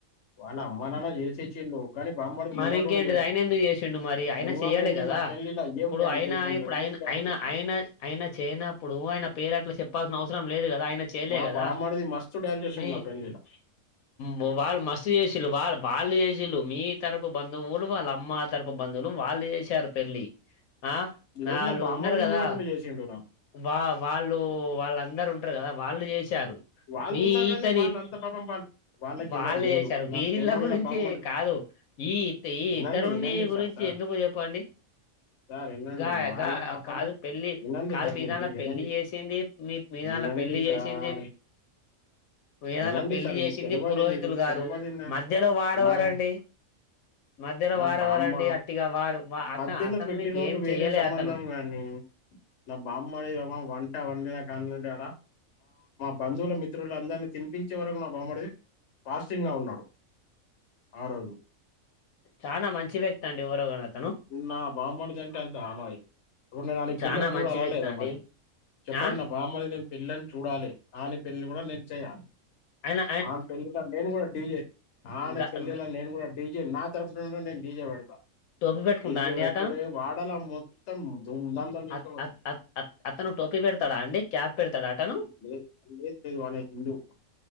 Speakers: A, on the left (about 60°); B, on the left (about 80°).
A: వాళ్ళ అమ్మ నాన్న చేసిచ్చిండు. కానీ బామ్మడిది
B: మరి
A: ముంగటుండి
B: ఇంకేంటిది
A: చేసిండు.
B: ఆయన ఎందుకు చేసిండు మరి ఆయన
A: ముంగటుండి
B: చెయ్యాలెగా
A: నా
B: ఆ
A: పెళ్లిలా
B: ఇప్పుడు
A: ఏం డాన్స్
B: అయిన
A: చేసిండు,
B: ఇప్పుడు ఆయిన
A: ఏం డాన్స్ చేసిండు.
B: ఆయిన ఆయిన చేయనప్పుడు ఆయన పేరు ఎట్లా చెప్ చెప్పాల్సిన అవసరం లేదు కదా ఆయన చేయలే
A: మా
B: కదా
A: బామ్మడిది మస్తు డాన్స్ చేసిండు
B: మీ
A: నా పెళ్లిలా.
B: మ వాళ్ళు మస్తు చేసిల్లు వాళ్ళు బా చేసిల్లు మీ తరపు బంధువులు వాళ్ళ అమ్మ తరపు బంధువులు వాళ్ళు చేసారు పెళ్ళి ఆ
A: లేదు
B: నాళ్ళు
A: నా బామ్మడిది
B: ఉన్నారు గదా
A: ముంగటుండి చేసిండు నాకు.
B: వా వాళ్ళు వాళ్ళన్ ఉంటారు కదా వాళ్ళు చేశారు
A: వాళ్ళు
B: ఈ
A: ఉన్నా కానీ
B: ఇతని
A: వాళ్ళంత పాపం పా వాళ్ళకి
B: వాళ్ళు
A: ఎవరు లేరు
B: చేశారు
A: నా
B: వీల్ల
A: ప్రేమ గల
B: గురించి
A: బామ్మడు
B: కాదు ఈ ఈత
A: వినండి
B: ఇతరుని
A: వినండి సార్
B: గురించి
A: సార్
B: ఎందుకు చెప్పండి
A: సార్ వినండి
B: గా
A: వాళ్ళ
B: గా
A: పాపం
B: కాదు పెళ్లి
A: వినండి
B: కాదు
A: సార్
B: మీదన్న
A: మీరు మీరు వినండి
B: పెళ్లి చేసింది మీ మీద
A: వినండి
B: ల్లా పెళ్లి చేసింది
A: సార్ <inaudible>
B: మీ దాంట్ల
A: వినండి
B: పెళ్లి
A: సార్
B: చేసింది
A: మీకు తెలువది
B: పురోహితులు
A: మీకు
B: గారు
A: తెలువదు నా
B: మధ్యలో వారెవరండి
A: మాయ
B: మధ్యలో
A: నా
B: వారెవరండి
A: బామ్మ
B: అట్టిగా వారు వా- అత
A: మధ్యన
B: అతను
A: పెట్టినోళ్ళు
B: మీకు ఏం
A: వేరే
B: చెయ్యలే
A: సంబంధం
B: అతను
A: గానీ నా బామ్మర్ది వంట వండిన కన్లు ఉంట ఆడ బంధువుల మిత్రులు అందరినీ తినిపించే వరకు నా బామ్మర్ది ఫాస్టింగ్ లా ఉన్నాడు ఆ రోజు
B: చానా మంచి వ్యక్తి అండి ఎవరో గాని అతన్
A: ఉన్నా బామ్మర్ది అంటే అంత అ మరి ఇప్పుడు నేను ఆనికి
B: చానా
A: పిల్లని చూడాలా
B: మంచి వ్యక్తి
A: లేదా
B: అండి
A: మరి చెప్పండి
B: ఆ
A: నా బామ్మర్దిని నేను పిల్లని చూడాలే ఆని పెళ్లిని కూడా నేను చేయాలి
B: అయినా
A: ఆన్ పెళ్ళిలా నేను కూడా డీజే ఆని
B: గ
A: పెళ్ళిలా
B: గ
A: నేను కూడా డీజే నా తరపున నుండి నేను డీజే పెడతా
B: టోపీ పెట్టుకుంటా
A: డీజే
B: అండి
A: పెట్టుడే
B: అతను
A: వాడల మొత్తం దుం ధామ్ తో తీసుకుపోతా
B: అత్ అత్ అత్ అత్ అతను టోపీ పెడతడా అండి క్యాప్ పెడతడా అతను
A: లేదు లే లేదు వానీ హిందూ